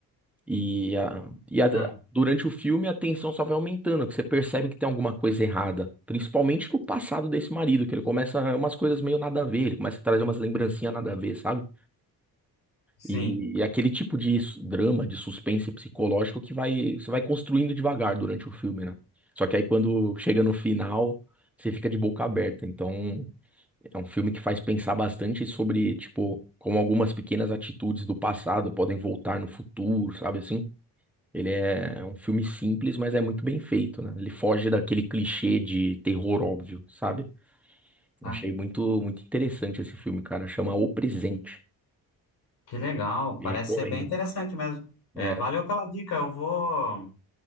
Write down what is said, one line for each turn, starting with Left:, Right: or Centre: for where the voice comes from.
Centre: E, a, e a-
Left: Ah,
Centre: durante o filme a tensão só vai aumentando, que você percebe que tem alguma coisa errada. Principalmente no passado desse marido, que ele começa umas coisas meio nada a ver, ele começa a trazer umas lembrancinhas nada a ver, sabe?
Left: sim.
Centre: E, e aquele tipo de s- drama, de suspense psicológico que vai, você vai construindo devagar durante o filme, né? Só que aí quando chega no final, você fica de boca aberta. Então, é um filme que faz pensar bastante sobre, tipo, como algumas pequenas atitudes do passado podem voltar no futuro, sabe assim? Ele é um filme simples, mas é muito bem feito, né? Ele foge daquele clichê de terror óbvio, sabe?
Left: Ah,
Centre: Eu Achei muito, muito interessante esse filme, cara. Chama O Presente.
Left: que legal.
Centre: E
Left: Parece
Centre: recomendo.
Left: ser bem interessante mesmo. É,
Centre: É,
Left: valeu pela dica. Eu vou,